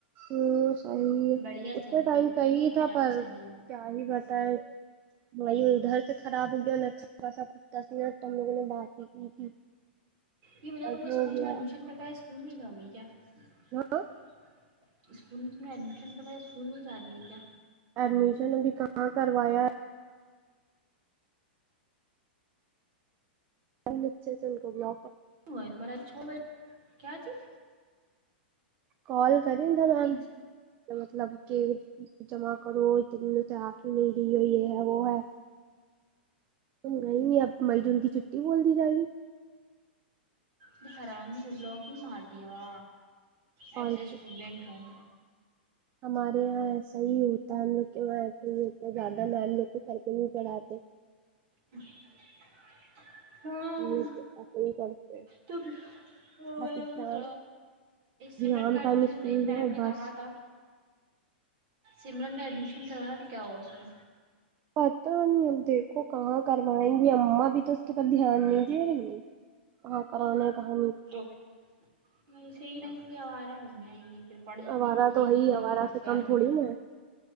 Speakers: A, on the right; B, on the right.
A: ا صی ہے
B: بڑھیا
A: ا
B: چلی
A: ٹائم
B: ہے ابھی
A: صی
B: تو اب
A: تھا
B: میرا
A: پر
B: تو صحیح ہے
A: کیا ہی بت ہے مایو ادھر سے خراب ہو گیا اچھاا سا کتا اتنا تم لوگوں نے بات ہی کی تھی
B: یہ بتاؤ
A: بٹ
B: تم نے
A: ہو
B: اسکول
A: گیا
B: میں ایڈمیشن کرتا ہے اسکول نہیں جاؤ گی کیا <unintelligible>
A: ہاں
B: <inaudible> اسکول میں تم نے ایڈمیشن کروایا اسکول نہیں جا رہی ہے کیا
A: ایڈمیشن اکاں کروایا ہے اچھے سے ان کو بلا
B: س چ بی <unintelligible> کیا چیز
A: کال <inaudible> کرند میم
B: ٹیچ
A: مطلب کہ جمع کرو سے آ کے ہی نہیں رہی ہو یہ ہے وہ ہے نہیں نہیں اب مئی جون کی چھٹی بول دی جائے گی
B: د آرامین بلاگن مدا ایز
A: اور
B: اے اسٹوڈنٹ ہوں
A: ہمارے یہاں ایسا ہی ہوتا ہے ہم لوگ ایسے ہی ہو تو زیادہ لووں سککڑ آتے
B: ج <unintelligible> ہاں
A: ہم لوگ ایسا ہی کرتے ہیں،
B: تو وہ
A: بس ایگزام
B: چ
A: ایگزام
B: سمرن کا ایڈمیشن
A: ٹائم اسکول
B: میم
A: جاؤ
B: نے
A: بس
B: کہا تھا سملان میں ایڈمیشن کروانا تو کیا ہوا اس کو
A: پتا نہیں اب دیکھو کہاں کروائیں گی امما بھی تو اس کے اوپ دھیان نہیں دے رہی کہاں کرانا کہاں نہیں
B: تو وسے ہی نہیں گ ہمارا بنیا یہ <inaudible> پھر پڑھیں
A: آوارہ
B: گی لکھیں
A: تو وہی
B: گی نہیں
A: آوارہ سے
B: گھر
A: کم
B: میں
A: تھوڑی نا ہے